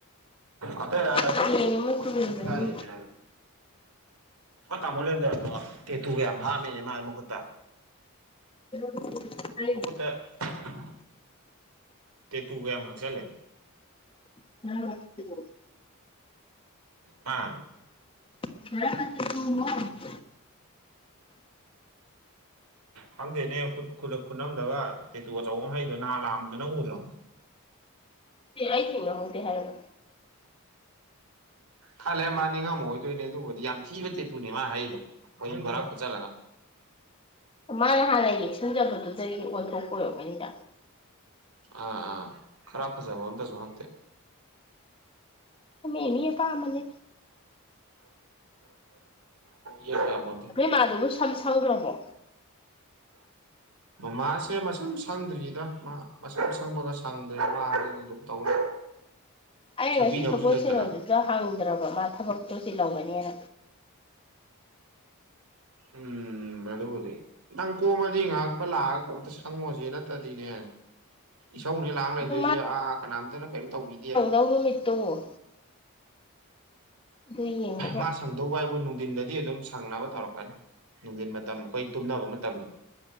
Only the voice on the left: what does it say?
ꯆꯦꯡ
ꯑꯃ
ꯇꯨꯔꯕꯅꯤ
<inaudible>
<unintelligible>
<inaudible> <inaudible>
ꯑꯩꯊꯦꯡꯅꯍꯧꯗꯦ ꯍꯥꯏꯔꯅ
ꯃꯥꯅ ꯍꯥꯟꯅ ꯌꯦꯛꯁꯤꯟꯖꯕꯗꯨꯗꯒꯤ ꯑꯣꯟꯊꯣꯛꯄ ꯑꯣꯏꯔꯝꯒꯅꯤꯗ
ꯃꯤꯃꯤ ꯑꯄꯥꯝꯕꯅꯤ
ꯅꯣꯏ ꯃꯥꯗꯨꯕꯨ ꯁꯝ ꯁꯪꯈ꯭ꯔꯕꯣ
ꯑꯩꯅ
ꯉꯁꯤ ꯁꯒꯣꯜ
<inaudible> ꯍꯪꯗ꯭ꯔꯕ ꯃꯥ ꯊꯕꯛꯇꯨ ꯆꯤꯜꯂꯝꯒꯅꯤꯅ
ꯑꯗꯣ
<inaudible> ꯇꯨꯝꯃꯨ ꯌꯦꯡꯉꯒ